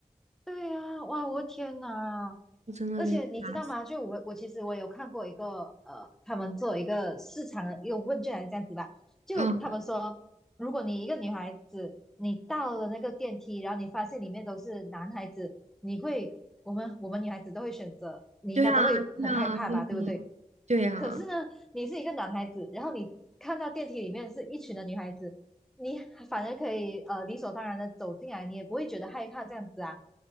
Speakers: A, in the centre; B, on the right (about 55°).
A: 对呀，哇，我的天呐！
B: 我真的被吓死。
A: 而且你知道吗？就我我其实我有看过一个呃，他们做一个市场的一个问卷还是这样子吧，就他们说，
B: 嗯，
A: 如果你一个女孩子，你到了那个电梯，然后你发现里面都是男孩子，你会，我们我们女孩子都会选择，你应该都会很害怕吧，
B: 对啊，对啊，对啊，
A: 对不对？
B: 对啊，
A: 可是呢，你是一个男孩子，然后你看到电梯里面是一群的女孩子，你反而可以呃理所当然的走进来，你也不会觉得害怕这样子啊，